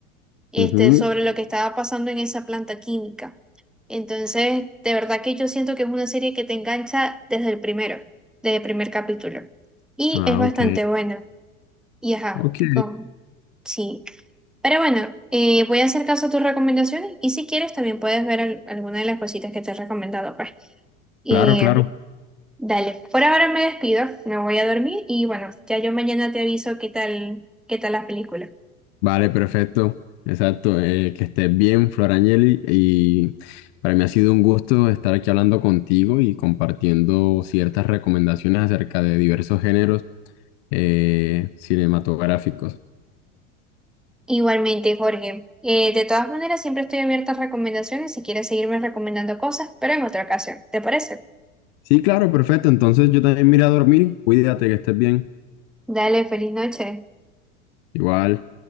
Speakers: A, in the centre; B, on the left.
A: este,
B: Ujú.
A: sobre lo que estaba pasando en esa planta química. Entonces, de verdad que yo siento que es una serie que te engancha desde el primero, desde el primer capítulo. Y
B: Ah,
A: es bastante
B: ok.
A: buena. Y ajá,
B: Ok.
A: con, sí. Pero bueno, eh, voy a hacer caso a tus recomendaciones y si quieres también puedes ver al- alguna de las cositas que te he recomendado, pues. Eh,
B: Claro, claro.
A: dale, por ahora me despido, me voy a dormir y bueno, ya yo mañana te aviso qué tal, qué tal la película.
B: Vale, perfecto. Exacto. eh, que estés bien, Flor Angeli. Y para mí ha sido un gusto estar aquí hablando contigo y compartiendo ciertas recomendaciones acerca de diversos géneros eh, cinematográficos.
A: Igualmente, Jorge. eh, de todas maneras, siempre estoy abierta a recomendaciones si quieres seguirme recomendando cosas, pero en otra ocasión. ¿Te parece?
B: Sí, claro, perfecto. Entonces yo también me iré a dormir. Cuídate, que estés bien.
A: Dale, feliz noche.
B: Igual.